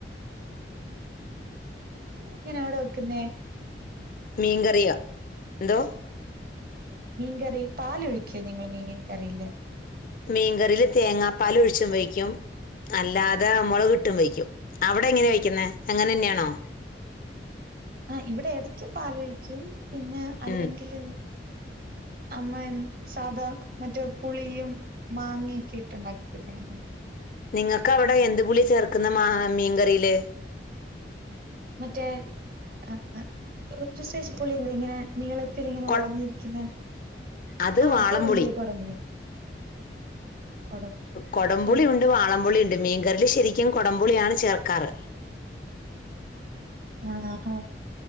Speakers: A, on the right; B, on the left.
A: <unintelligible> മീൻക്കറി എങ്ങനെ അവിടെ വെക്കുന്നെ?
B: മീൻക്കറിയോ എന്തോ?
A: മീൻക്കറി പാല് ഒഴിക്കോ നിങ്ങള് മീൻ കറിയില്.
B: മീൻക്കറില് തേങ്ങ പാലൊഴിച്ചും വയ്ക്കും. അല്ലാതെ മുളകിട്ടും വെയ്ക്കും അവിടെ എങ്ങനെ വയ്ക്കുന്നേ അങ്ങനെ തന്നെയാണോ?
A: ആഹ് ഇവിടെ എടയ്ക്ക് പാലൊഴിക്കും പിന്നെ അല്ലെങ്കില്.
B: ഉം
A: അമ്മ സാധാ മറ്റേ പുളിയും മാങ്ങയൊക്കെ ഇട്ടു ഉണ്ടാക്കും. ല്ലേ അങ്ങനെ.
B: നിങ്ങക്ക് അവിടെ എന്ത്പുളി ചേർക്കുന്ന മാ മീൻക്കറിയില്.
A: മറ്റേ ആഹ് ഒരു സൈസ് പുളില്ലേ ഇങ്ങനെ. നീളത്തിലിങ്ങനെ
B: കൊ-
A: വളഞ്ഞിരിക്കുന്ന
B: അത്
A: ആഹ്
B: വാളംപുളി
A: കൊടംപുളി കൊടംപുളി. കൊടംപുളി
B: കൊടംപുളിയുണ്ട്,
A: വളംപുളി
B: വാളംപുളിയുണ്ട് മീൻക്കറില് ശരിക്കും കൊടംപുളിയാണ് ചേർക്കാറ്.
A: ആഹ് ആഹ്